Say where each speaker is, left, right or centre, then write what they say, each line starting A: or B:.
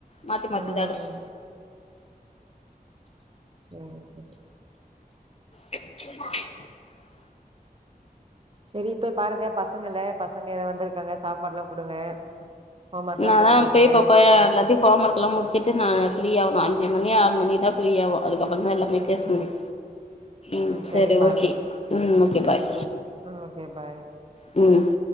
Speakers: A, on the left; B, on the right.
A: மாத்தி
B: ம்
A: மாத்தி தா எடுப்பே
B: சேரி சேரி
A: <unintelligible>
B: சேரி போய் பாருங்க பசங்க இல்ல பசங்க எதோ வந்திருக்காங்க சாப்பாடுலா குடுங்க ஹோம் ஒர்க்லா
A: நா
B: சொல்லி்
A: தா
B: குடுங்க
A: போய் பப்பயா அல்லது ஹோம் ஒர்க்குலா முடிச்சிட்டு நா ஃப்ரீயாவணு அஞ்சு மணி ஆறு மணி தா ஃப்ரீயாவோ அதுக்கப்பறந்தா எல்லா போய்
B: ம்
A: பேஸ் முடியு ம் செரி
B: சரி பாருங்க
A: ஓகே ம் ஓகே பாய்
B: ம் ம் ஓகே பாய்
A: ம்